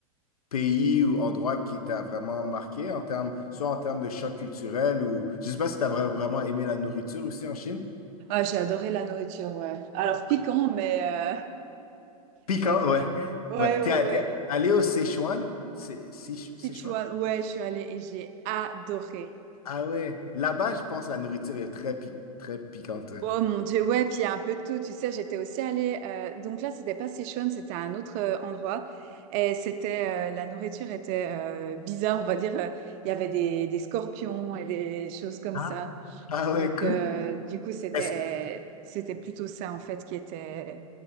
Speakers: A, on the left; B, on the right.
A: pays ou endroit qui t'a vraiment marqué en termes, soit en termes de choc culturel ou je sais pas si t'as vra- vraiment aimé la nourriture aussi en Chine?
B: Ah, j'ai adoré la nourriture, ouais. Alors
A: Ouais,
B: piquant,
A: cool.
B: mais euh,
A: Piquant,
B: mais voilà.
A: ouais.
B: Ouais,
A: Ouais.
B: ouais,
A: T'es, Ouais.
B: ouais.
A: t'es allé au Sichuan? C'est Sichuan?
B: Sichuan, ouais, je suis allée et j'ai adoré.
A: Ah ouais. Là-bas, je pense que la nourriture est très, pi- très piquante.
B: Oh mon Dieu, ouais, puis il y a un peu de tout, tu sais, j'étais aussi allée, euh, donc là, c'était pas Sichuan, c'était un autre euh, endroit, et c'était, euh, la nourriture était euh, bizarre, on va dire, euh, il y avait des, des scorpions et des choses comme
A: Ah,
B: ça,
A: Ah
B: donc
A: ouais, cool.
B: euh, du coup, c'était,
A: Est-ce...
B: c'était plutôt ça, en fait, qui était,